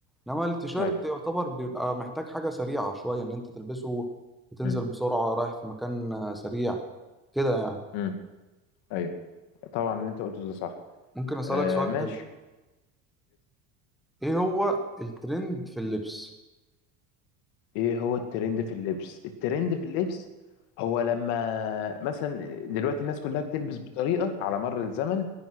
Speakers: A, in the centre; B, on the left (about 70°).
A: انما التيشيرت
B: ايوه
A: يعتبر بيبقى محتاج حاجة سريعة شوية ان انت تلبسه وتنزل
B: امم
A: بسرعة رايح في مكان آه، سريع كده يعني
B: امم ايوه طبعا اللي انت قلته ده صح
A: ممكن أسألك
B: آه
A: سؤال
B: ماشي
A: حلو إيه هو الترند في اللبس؟
B: ايه هو الترند في اللبس الترند في اللبس هو لما مثلا دلوقتي الناس كلها بتلبس بطريقة على مر الزمن